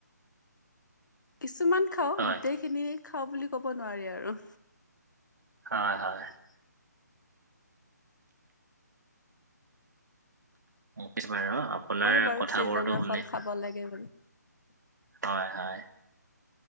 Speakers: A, on the left; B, on the right.
A: কিছুমান খাওঁ
B: হয়
A: গোটেইখিনি খাওঁ বুলি ক'ব নোৱাৰি আৰু
B: হয় হয়।
A: <inaudible>
B: কিছুমানে অ আপোনাৰ
A: কয় বাৰু
B: কথাবোৰতো
A: ছিজনৰ
B: শুনি
A: ফল খাব লাগে বুলি।
B: হয় হয়।